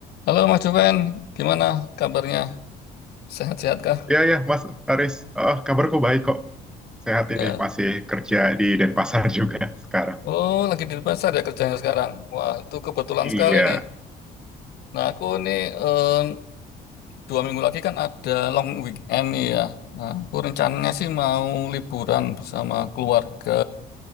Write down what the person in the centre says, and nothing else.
Iya, iya, Mas Haris. Oh, kabarku baik kok. Sehat
ini, masih kerja di Denpasar <laughs> juga sekarang.
Iya.